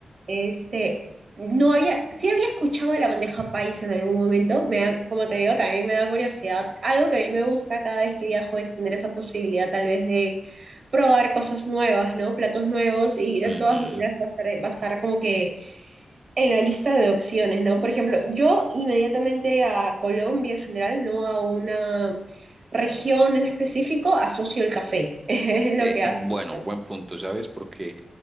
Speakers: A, on the right; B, on the right.
A: Este, no había, sí había escuchado de la bandeja paisa en algún momento, me da- como te digo, también me da curiosidad. Algo que a mí me gusta cada vez que viajo es tener esa posibilidad tal vez de probar cosas nuevas, ¿no? Platos nuevos y de
B: ujú.
A: todas maneras va a estar, va a estar como que en la lista de opciones, ¿no? Por ejemplo, yo inmediatamente a Colombia en general, no a una región en específico, asocio el café, <laughs> es
B: Eh,
A: lo que
B: bueno,
A: asocio.
B: buen punto, ¿sabes? Porque